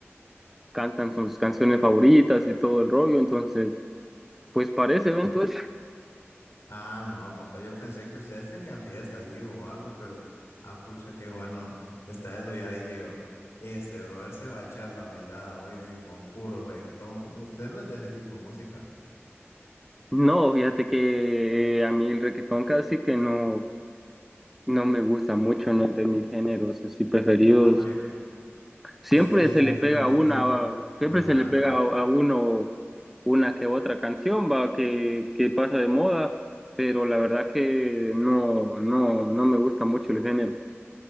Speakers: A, in the centre; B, on the left (about 70°).
A: cantan sus canciones favoritas y todo el rollo entonces pues para ese evento es
B: Ah, no, compa, yo pensé que ustedes tenían fiesta ahí o algo, pero, ah, pucha, qué bueno está eso, ya dije yo. Este brother se va a echar la bailada hoy, dije, con puro reggaetón. Usted no es de ese tipo de música.
A: No, fíjate que eh, a mí el requetón casi que no, no me gusta mucho, no es de mis géneros así preferidos.
B: No, hombre,
A: Siempre
B: y fíjese
A: se le
B: que
A: pega
B: tanto
A: una,
B: tiempo.
A: siempre
B: Ajá.
A: se le pega a, a uno una que otra canción, va, que, que pasa de moda, pero la verdad que no, no, no me gusta mucho el género.